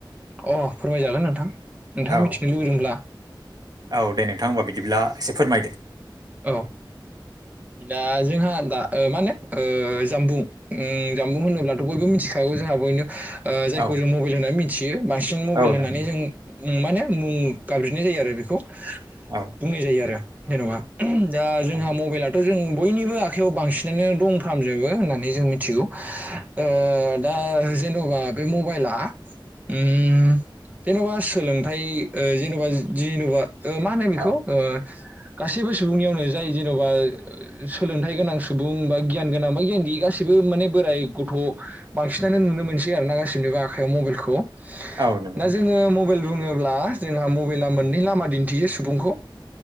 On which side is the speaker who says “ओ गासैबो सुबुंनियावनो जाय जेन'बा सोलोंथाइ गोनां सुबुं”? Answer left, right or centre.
Right